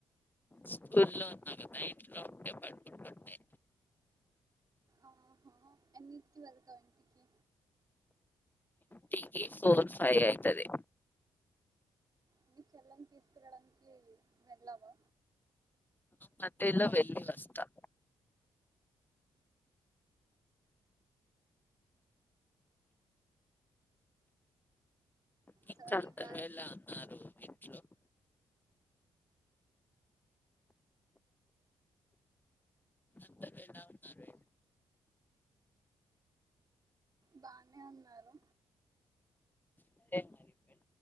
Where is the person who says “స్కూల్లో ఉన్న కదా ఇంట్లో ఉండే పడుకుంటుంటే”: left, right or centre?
Left